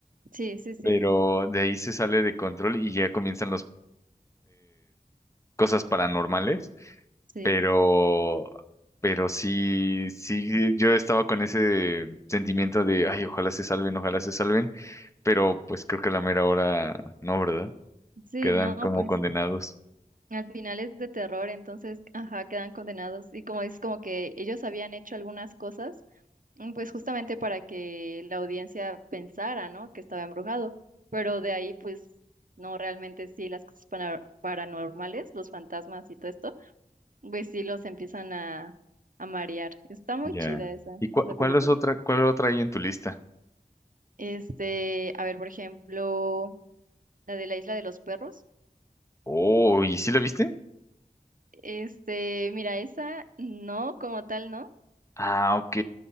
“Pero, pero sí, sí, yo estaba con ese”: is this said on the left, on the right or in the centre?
Left